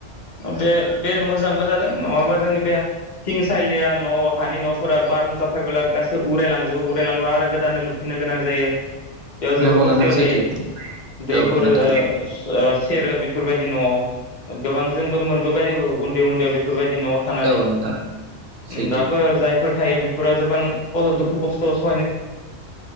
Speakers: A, on the left (about 45°); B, on the right (about 60°).
A: ओ बे बे मोजांबो जादों नङाबा जोंनि बे थिं सालिया न' हानि न'फोरा बारहुंखा फायबोला गास बो उरायलांजोबो उरायलांबा आरो गोदानै लुफिननो गोनां जायो बेयाव जोबोर
B: नंगौ
A: खस्थ'
B: नोंथां सैथो
A: जायो दैफोर
B: औ नोंथां
A: ओ ओ सेरो बेफोरबायदि न'आव गोबां जों <unintelligible> बौबाय औ उन्दै उन्दैआव बेफोर बादि न'आव थानानै
B: औ नोंथां सैथो
A: ओम दाबो जायफोर थायो फुरा <unintelligible> दुखु खस्थ'स